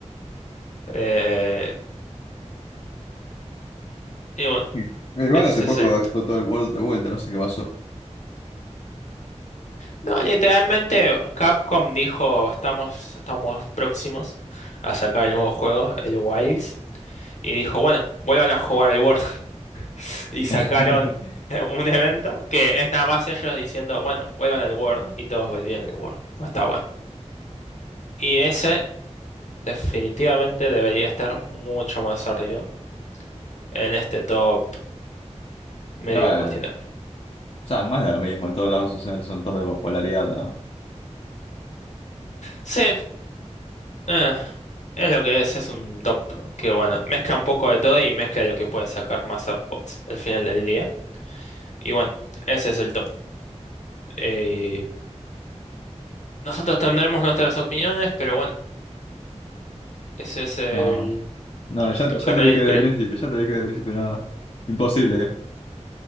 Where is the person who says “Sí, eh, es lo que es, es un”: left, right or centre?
Left